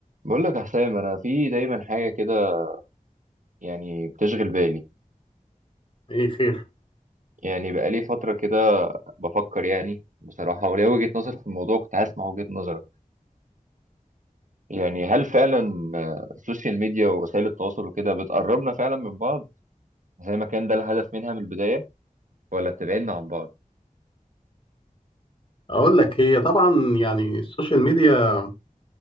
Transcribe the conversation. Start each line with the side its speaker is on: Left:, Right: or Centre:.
Right: بقول لك يا حسام انا في دايما حاجه كده يعني بتشغل بالي
Left: ايه خير
Right: يعني بقالي فتره كده بفكر يعني بصراحه وليا وجهه نظر في الموضوع كنت عايز اسمع وجهه نظرك يعني هل فعلا آه، السوشيال ميديا ووسائل التواصل وكده بتقربنا فعلا من بعض زي ما كان ده الهدف منها من البدايه ولا بتبعدنا عن بعض
Left: اقول لك هي طبعا يعني السوشيال ميديا